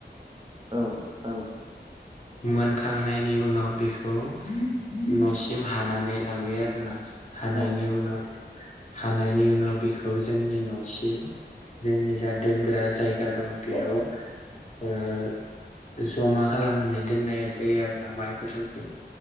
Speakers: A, on the right; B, on the left.
A: औ औ
B: मोनखांनायनि उनाव बेखौ न'सिम हानानै लाबोयो आरोना। हानायनि
A: औ नंगौ
B: उनाव हानायनि उनाव बिखौ जोंनि न'सिम जोंनि जा दोनग्रा जायगा दङ बेयाव जमा खालामनानै दोननाया जायो आरोना माइ फसनखौ